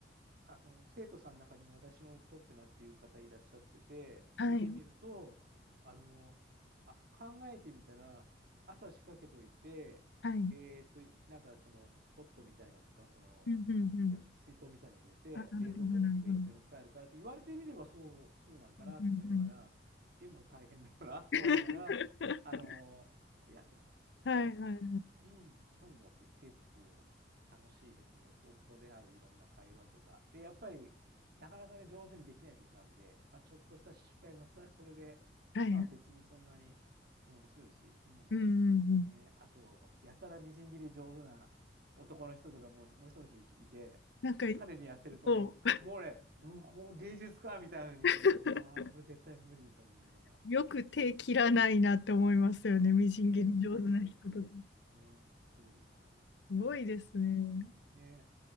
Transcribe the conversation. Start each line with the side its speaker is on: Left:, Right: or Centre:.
Right: あの、生徒さんの中にも私も取ってますっていう方いらっしゃってて、
Left: はい、
Right: 聞いてみると、あの、あ、考えてみたら、朝仕掛けといて、
Left: はい。うん、
Right: えーっと、なんかその、ポットみたいなのとか、その、
Left: うん、うん。
Right: なんていうのかな、水筒みたいに入れて、
Left: あ、なるほど、
Right: 冷蔵庫入れとけばいつでも使えるからって言われてみればそう、
Left: なるほど。うん、
Right: そうなのかなと思いながら、
Left: うん、
Right: でも大変だよなと思いながら、
Left: <laughs>
Right: あの、やってます。
Left: はいはいはい。
Right: はい。うん、とにかく結構楽しいですね。そこであるいろんな会話とか。で、やっぱりなかなかね、上手にできない時もあるので、まあ、ちょっとした失敗もそれはそれで、
Left: はいはい。
Right: まあ別にそんなに面白いし、うん。
Left: うんうんうん。
Right: ね、あと、やたらみじん切り上手な男の人とかもう、もう一人の人いて、
Left: なんか、
Right: 彼に痩せるとね、
Left: こ
Right: もうね、うん、こう芸術家みたいなの見てて、
Left: う、
Right: うわあ、
Left: <laughs>
Right: 俺絶対無理と思いながら。
Left: よく手切らないなって思いますよね。みじん切り上手な人とか。
Right: ね、そうそうそう。ね、そうですね。
Left: すごいですね。
Right: あね